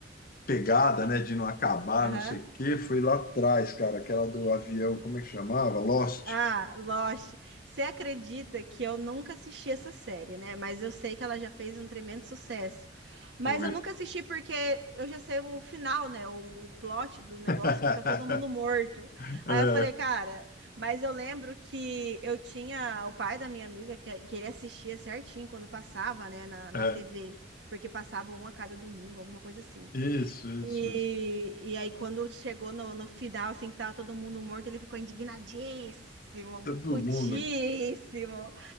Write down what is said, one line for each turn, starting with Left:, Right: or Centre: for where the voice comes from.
Left: pegada, né, de não acabar,
Right: Aham.
Left: não sei o quê, foi lá atrás, cara, aquela do avião, como é que chamava? Lost.
Right: Ah, Lost. Você acredita que eu nunca assisti essa série, né? Mas eu sei que ela já fez um tremendo sucesso. Mas
Left: Foi.
Right: eu nunca assisti porque eu já sei o final, né? O, o plot do negócio
Left: <laughs>
Right: que tá todo mundo morto. Aí
Left: É,
Right: eu falei, cara, mas eu lembro que eu tinha o pai da minha amiga que, que ele assistia certinho quando passava, né, na, na
Left: é,
Right: TV. Porque passava um a cada domingo, alguma coisa assim.
Left: isso,
Right: E,
Left: isso, isso.
Right: e aí, quando chegou no, no final, assim, que tava todo mundo morto, ele ficou indignadíssimo,
Left: Todo
Right: putíssimo.
Left: mundo,